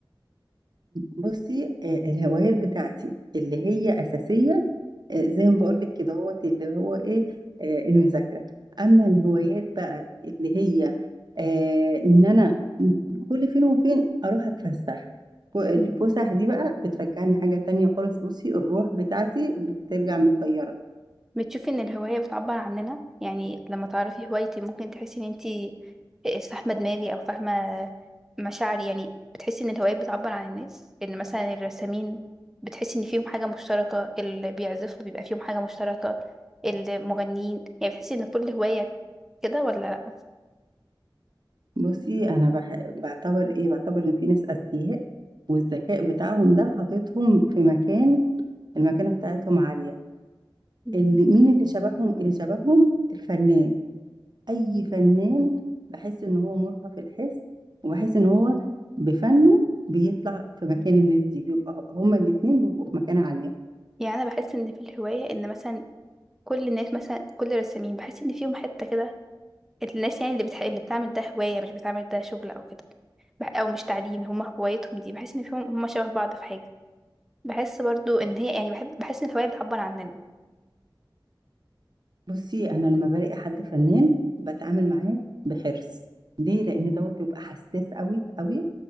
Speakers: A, on the right; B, in the centre.
A: بصي آه، الهوايات بتاعتي اللي هي اساسية آه، زي ما بقول لك كده هو اللي هو ايه آه، المذاكره اما الهوايات بقى اللي هي آه، ان انا كل فين وفين اروح اتفسح و- الفسح
B: مم.
A: دي بقى بترجعني حاجه تانية خالص بصي الروح بتاعتي بترجع متغيره
B: بتشوفي ان الهواية بتعبر عننا يعني لما تعرفي هوايتي ممكن تحسي ان انتي فاهمة دماغي او فاهمة مشاعري يعني بتحسي ان الهوايات بتعبر عن الناس ان مثلا الرسامين بتحسي ان فيهم حاجة مشتركة اللي بيعزفوا بيبقى فيهم حاجة مشتركة المغنيين يعني بتحسي ان كل هواية كده ولا لأ
A: بصي انا بح... بعتبر ايه بعتبر ان في ناس اذكياء والذكاء بتاعهم ده حاططهم في مكان المكانه بتاعتهم عاليه
B: مم.
A: اللي مين اللي شبههم اللي شبههم الفنان اي فنان بحس ان هو مرهف الحس وبحس ان هو بفنه بيطلع في مكان الناس دي بيبقى هما الاتنين بيبقوا في مكانة عالية
B: يعني انا بحس ان في الهوايه ان مثلا كل الناس مثلا كل الرسامين بحس ان فيهم حته كده الناس يعني اللي بتح... اللي بتعمل ده هوايه مش بتعمل ده شغل او كده بح- او مش تعليم هما هوايتهم دي بحس ان فيهم هما شبه بعض في حاجه بحس برضو ان هي يعني بحب بحس ان الهوايه بتعبر عننا
A: بصي انا لما بلاقي حد فنان بتعامل معاه بحرص ليه لان دوت بيبقى حساس قوي قوي